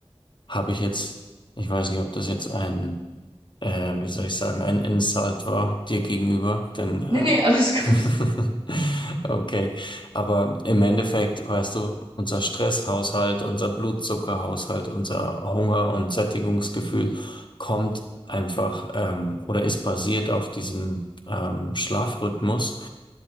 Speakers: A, on the left; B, on the right.
A: habe ich jetzt, ich weiß nicht, ob das jetzt ein äh, wie soll ich sagen, ein Insult war dir gegenüber, denn äh,
B: Nee, nee, alles <laughs> gut.
A: <laughs> okay, aber im Endeffekt, weißt du, unser Stresshaushalt, unser Blutzuckerhaushalt, unser Hunger- und Sättigungsgefühl kommt einfach ähm, oder ist basiert auf diesem ähm, Schlafrhythmus